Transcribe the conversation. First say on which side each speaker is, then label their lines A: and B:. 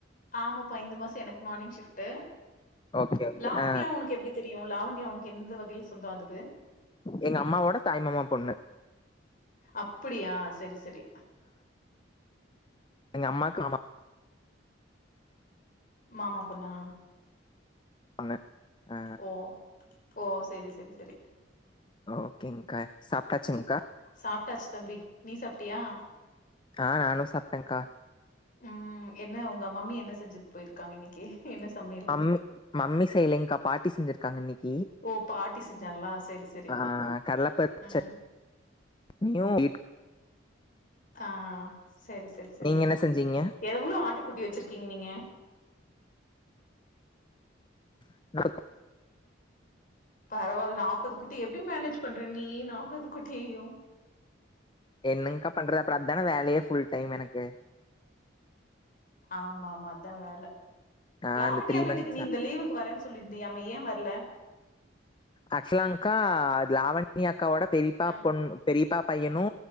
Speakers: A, on the left (about 40°); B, on the left (about 25°).
A: ஆமாப்பா இந்த மாச எனக்கு மார்னிங் ஷிப்ட்டு
B: ஓகே ஓகே
A: லாவண்யா
B: ஆ
A: உனக்கு எப்டி தெரியு லாவண்யா உனக்கு எந்த வகைல சொந்த ஆகுது
B: எங்க அம்மாவோட தாய்மாமா பொண்ணு
A: அப்டியா செரி செரி
B: எங்க அம்மாக்கு மாமா
A: மாமா பொண்ணா
B: பொண்ணு ஆ
A: ஓ ஓ செரி செரி செரி
B: ஓகேங்க்கா சாப்ட்டாச்சுங்கா
A: சாப்ட்டாச்சு தம்பி நீ சாப்ட்டியா
B: ஆ நானு சாப்ட்டேங்க்கா
A: ம் என்ன உங்க மம்மி என்ன செஞ்சிட்டு போயிருக்காங்க இன்னைக்கி என்ன சமையல்
B: ம் மம்மி செய்யலங்க்கா பாட்டி செஞ்சிருக்காங்க இன்னைக்கி
A: ஓ பாட்டி செஞ்சாங்களா செரி செரி
B: ஆ கடலப்பருப்பு
A: ம்
B: <unintelligible>
A: ஆ சரி சரி சரி
B: நீங்க என்ன செஞ்சீங்க
A: எவ்ளோ ஆட்டு குட்டி வச்சிருக்கீங்க நீங்க
B: <unintelligible>
A: பரவால்ல நாப்பது குட்டி எப்படி மேனேஜ் பண்ற நீ நாப்பது குட்டியயு
B: என்ங்கா பண்ற அப்ற அதான வேலையே ஃபுல் டைம் எனக்கு
A: ஆமா ஆமா அதா வேல
B: ஆ
A: லாவண்யா
B: இந்த த்ரீ
A: வீட்டுக்கு
B: மந்த்ஸா
A: நீ இந்த லீவுக்கு வரே சொல்லிருந்தியாமே ஏன் வரல
B: ஆக்சுலாங்க்கா அது லாவண்யா அக்காவோட பெரிப்பா
A: ஆ
B: பொண்ணு பெரிப்பா பையனு